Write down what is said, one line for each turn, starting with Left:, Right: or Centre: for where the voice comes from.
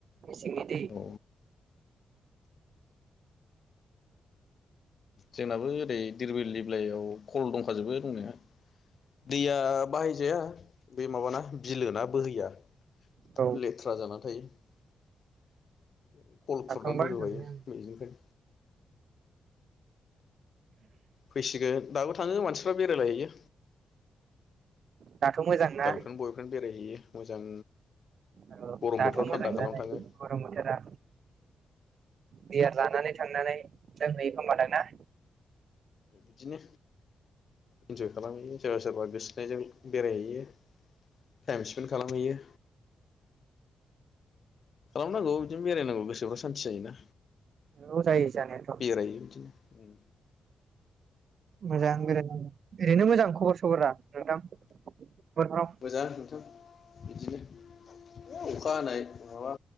Right: मेसेंनि दै <inaudible>
Left: औ जोंनाबो ओरै दिरबिल दिब्लाइयाव खल दंखाजोबो दंनाया दैया बाहायजाया बे माबाना बिलोना बोहैया।
Right: औ
Left: लेथ्रा जाना थायो खल
Right: थांखांबाय
Left: खुरनानै रजगायो
Right: थांनाया आं
Left: मजिंफ्राय फैसिगोन दाबो थाङो मानसि बेेरायला होयो
Right: दाथ' मोजां ना
Left: गार्लफ्रेइन्ड बयफ्रेइण्ड बेरायहैयो मोजां
Right: आरो
Left: गरम
Right: दाथ
Left: बोथोराव
Right: मोजां
Left: थान्दा
Right: नालाय
Left: खालामनो थाङो
Right: गरम बोथोरा बियार लानानै थांनानै जों नयो खोमादां ना?
Left: बिदिनो इन्जय खालामहैयो सोरबा सोरबा गोसो थोनायजों बेरायहैयो टाइम स्पेन्ड खालामहैयो खालामनांगौ बिदिनो बेरायनांगौ गोसोफ्रा सान्थि जायोना
Right: औ जायो जानायाथ'
Left: बेरायो बिदिनो
Right: मोजां बिरात ओरैनो मोजां खबर सबरा नोंथां हरफाम
Left: मोजां नोंथां बिदिनो अखा हानाय माबा